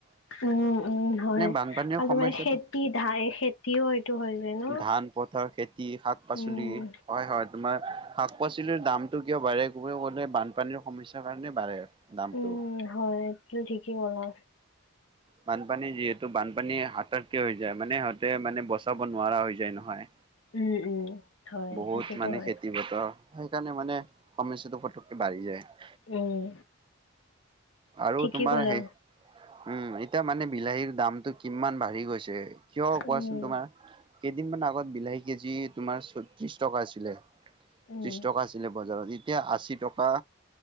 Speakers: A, on the left; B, on the right.
A: উম উম হয়,
B: বানপানীৰ
A: আৰু
B: সমস্যাটো
A: ত খেতি ধাই খেতিও সটো হৈ যায় ন'।
B: ধান, পথাৰ, খেতি, শাক পাচলি,
A: উম
B: হয় হয়। তোমাৰ শাক পাচলিৰ দামতটো কিয় বাঢ়ে গ'লে বানপানীৰ সমস্যাৰ কাৰণে বাঢ়ে দামটো।
A: উম হয়, এইটো ঠিকেই ক'লা।
B: বানপানী যিহেতু বানপানী হাথাতকে হৈ যায়। মানে সিহঁতে মানে বচাব নোৱাৰা হৈ যায় নহয়।
A: উম', উম'। হয়
B: বহুত
A: সেইটোতো
B: মানে
A: হয়
B: খেতি পথাৰ, সেইকাৰণে মানে কমিছটো পটককে বাঢ়ি যায়।
A: উম।
B: আৰু
A: ঠিকেই
B: তোমাৰ
A: ক'লা
B: সেই উম, এতিয়া মানে বিলাহীৰ দামতটো কিমান বাঢ়ি গৈছে। গৈছে। কিয় কোৱাচোন
A: উম
B: তোমাৰ? কেইদিনমান আগত বিলাহী কেজি তোমাৰ চত্ৰিশ টকা আছিলে। ত্ৰিশ
A: উম
B: টকা আছিলে বজাৰত। এতিয়া আশী, টকা